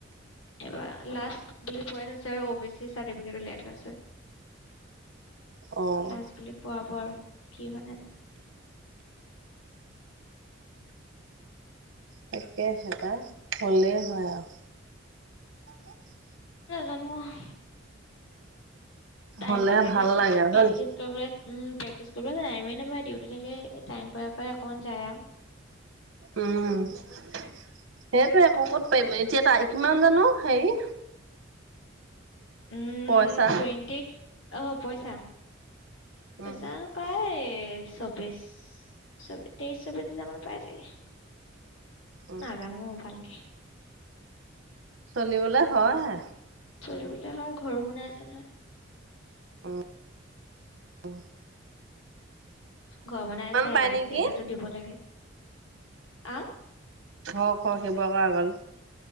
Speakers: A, on the left (about 85°); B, on the right (about 80°).
A: এইবাৰ লাষ্ট বুলি পোৱাই থৈছে আৰু অ বি চি চাৰ্টিফিকেট উলিয়াই থোৱা আছে
B: অ
A: লাচ বুলি পোৱাব আৰু কি মানে না
B: তাকে সে পাই হলেই হয় আৰু <unintelligible>
A: জানোৱা টাইম
B: হ'লে
A: পালে
B: ভাল
A: প্ৰেক্টিচ
B: লাগে
A: প্ৰেক্টিচ
B: হয় নি?
A: কৰিবলে উ পেক টিছ কৰিবলে টাইমে নাপাই ডিউটি থাকে টাইম পাই পাই অকমান যায় আও
B: উম সেইটো একো ক'ত পাৰিম এতিয়া তাই কিমান জানো হেৰি
A: উম
B: পইচা।
A: টুৱেণ্টি অহ পইচা পইচা
B: উম,
A: পায় তেইশ চৌ্বশ চ তেইছ চৌ্বছ হাজাৰ মান পায় ছাগে
B: উম।
A: নাজানো ভালকে
B: চলিবলে হয় হে
A: চলিবলে হয় ঘৰো বনাই আছে নহয়
B: আহ আহ
A: ঘৰ বনাই আছে
B: পাই
A: এল আই
B: নেকি?
A: চি এটা টো দিব লাগে আহ
B: হক হক সেইবোৰ কৰা আ গল